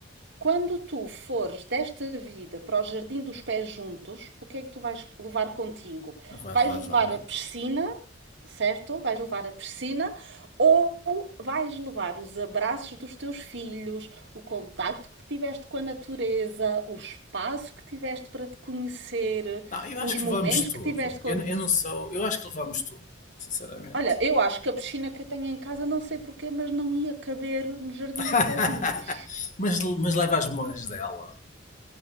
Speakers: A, on the right; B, on the left.
A: Quando tu fores desta vida para o Jardim dos Pés Juntos, o que é que tu vais levar contigo?
B: Vá,
A: Vais
B: vá,
A: levar
B: vá.
A: a piscina, certo? Vais levar a piscina ou vais levar os abraços dos teus filhos, o contacto que tiveste com a natureza, o espaço que tiveste para te conhecer,
B: Não, eu
A: os
B: acho que
A: momentos
B: levamos
A: que
B: tudo.
A: tiveste contigo
B: Eu, eu não sou. Eu acho que levamos tudo, sinceramente.
A: Olha, eu acho que a piscina que eu tenho em casa, não sei porquê, mas não ia caber no jardim
B: <laughs>
A: dos pés juntos.
B: mas, mas leva as memórias dela.